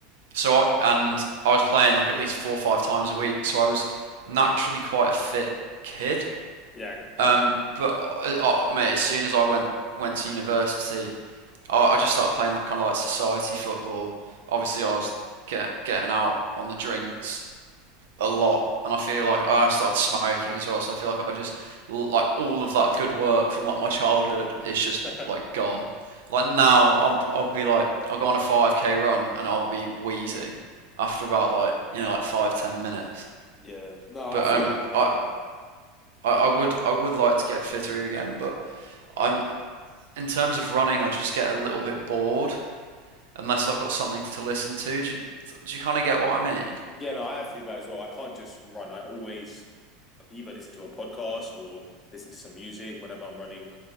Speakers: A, on the right; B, on the left.
A: So and I was playing like at least four or five times a week, so I was naturally quite a fit kid.
B: Yeah.
A: Um, but uh, uh, mate, as soon as I went went to university, I, I just started playing like kind of like society football. Obviously, I was get, getting out on the drinks a lot, and I feel like oh, I started smoking as well. So I feel like I just like all of that good work from like my childhood is just
B: <laughs>
A: like gone. Like now, I'm I'll be like I'll go on a 5k run and I'll be wheezing after about like you know like five ten minutes.
B: Yeah. No,
A: But
B: I feel
A: um,
B: that. I
A: I
B: feel that.
A: I, I would I would like to get fitter again, but I'm in terms of running, I just get a little bit bored unless I've got something to listen to. Do you, do you kind of get what I mean?
B: Yeah, no, I have to do that as well. I can't just run. I always either listen to a podcast or listen to some music whenever I'm running.